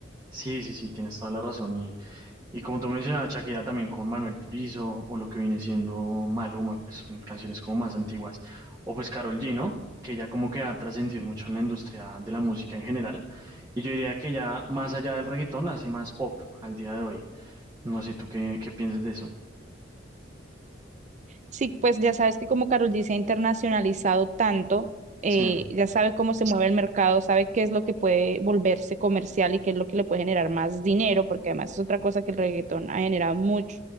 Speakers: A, on the right; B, on the right.
A: Sí, sí, sí, tienes toda la razón Y como tú mencionabas, Shakira también con Manuel Turizo o lo que viene siendo Maluma, pues son canciones como más antiguas. O pues Karol G, ¿no? Que ya como que ha trascendido mucho en la industria de la música en general. Y yo diría que ya más allá del reggaetón hace más pop al día de hoy. No sé tú qué, qué piensas de eso.
B: Sí, pues ya sabes que como Carol G se ha internacionalizado tanto, eh,
A: Sí.
B: ya sabe cómo se mueve el mercado, sabe qué es lo que puede volverse comercial y qué es lo que le puede generar más dinero, porque además es otra cosa que el reggaetón ha generado mucho,